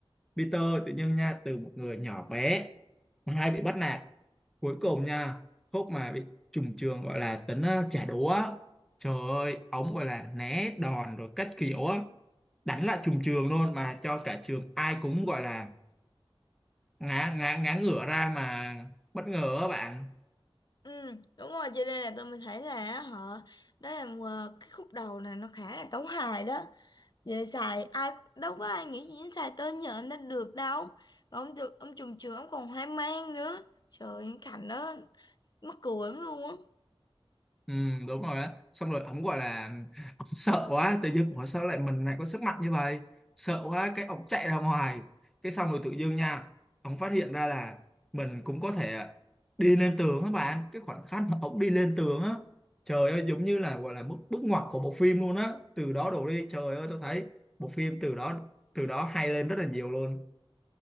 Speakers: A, in the centre; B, on the left (about 45°).
A: Peter tự nhiên nha từ một người nhỏ bé mà hay bị bắt nạt cuối cùng nha khúc mà bị trùng trường gọi là tính ờ, trả đũa á. trời ơi ống gọi là né đòn rồi cách kiểu á đánh lại trùng trường luôn mà cho cả trường ai cũng gọi là ngã ngã ngã ngửa ra mà bất ngờ á bạn
B: Ừ, đúng rồi, cho nên là tôi mới thấy là á, họ đó là ờ, cái khúc đầu này nó khá là tấu hài đó về xài ai đâu có ai nghĩ gì đến xài tên nhờ nó được đâu mà ông được ông trùm trường ông còn hoang mang nữa trời anh Khánh đó mắc cười lắm luôn á
A: ừ, đúng rồi á xong rồi ông gọi là ông sợ quá tự dưng ủa sao lại mình lại có sức mạnh như vậy sợ quá cái ông chạy ra ngoài cái xong rồi tự dưng nha ông phát hiện ra là mình cũng có thể đi lên tường các bạn cái khoảnh khắc mà ông đi lên tường á trời ơi giống như là gọi là bước bước ngoặt của bộ phim luôn á từ đó đổ đi trời ơi tôi thấy bộ phim từ đó từ đó hay lên rất là nhiều luôn